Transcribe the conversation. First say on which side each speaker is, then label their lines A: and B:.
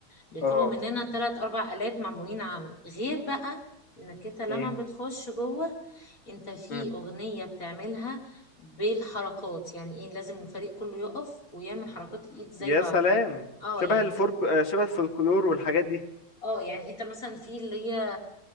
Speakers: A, on the left (about 40°); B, on the left (about 65°).
A: بيطلبوا
B: اه
A: مننا تلات أربع آلات معمولين عمل غير بقى إنك أنت لما
B: ايه
A: بتخش جوه أنت في
B: مم.
A: أغنية بتعملها بالحركات يعني إيه لازم الفريق كله يقف ويعمل حركات الإيد زي
B: يا
A: بعض
B: سلام
A: اه
B: شبه
A: يعني
B: الفرق
A: في
B: آه، شبه الفولكلور والحاجات دي
A: اه يعني أنت مثلا في اللي هي